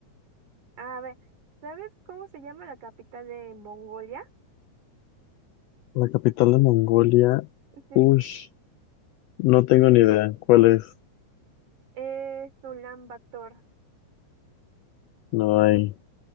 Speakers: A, on the right (about 80°); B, on the left (about 85°).
A: a ver, ¿sabes cómo se llama la capital de Mongolia?
B: La capital de Mongolia.
A: Sí,
B: Ush, no tengo ni idea cuál es.
A: es Ulan Bator.
B: No hay.